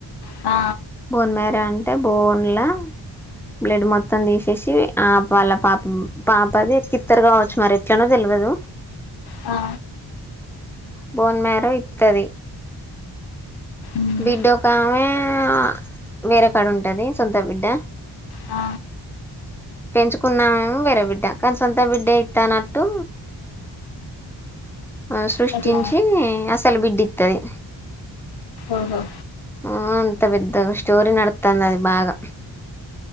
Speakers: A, on the left (about 60°); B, in the centre.
A: ఆ
B: బోన్ మేరే అంటే బోన్ల బ్లడ్ మొత్తం తీసేసి ఆ వాళ్ళ పాప పాపది కిత్తరు కావచ్చు మరి ఎట్లనో తెలియదు
A: ఆ
B: బోన్మేర ఇతది
A: మ్
B: బడో కావే ఆ వేరే కాడ ఉంటది సొంత బిడ్డ
A: ఆ
B: పెంచుకున్నామేం వేరే బిడ్డ కానీ సొంత బిడ్డ ఇస్తానట్టు ఆ సృష్టించి
A: గట్లా
B: అసలు బిడ్డిస్తుది
A: ఓహో
B: ఆ అంత బద్ద స్టోరీ నడతాంది అది బాగా